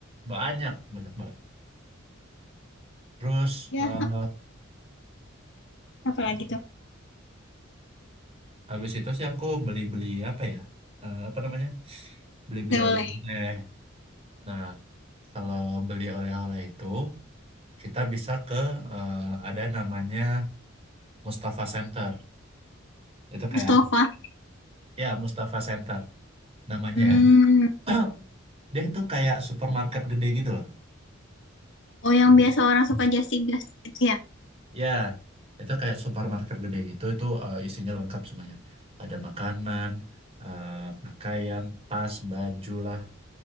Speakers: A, on the right; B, on the left.
A: Banyak, banyak banget. Terus
B: ya
A: eh,
B: apalagi
A: habis itu sih aku beli-beli apa ya? Eh, apa namanya? Beli-beli
B: Gak boleh.
A: oleh-oleh. Nah, kalau beli oleh-oleh itu kita bisa ke eh, ada namanya Mustafa Center. Itu
B: Mustafa.
A: kayak ya Mustafa Center namanya
B: Hmm.
A: ya. <clears throat> Dia itu kayak supermarket gede gitu loh.
B: Oh, yang biasa orang suka Justin Justin itu ya?
A: Ya, itu kayak supermarket gede gitu. Itu eh, isinya lengkap semuanya. Ada makanan, eh, pakaian, tas, baju lah,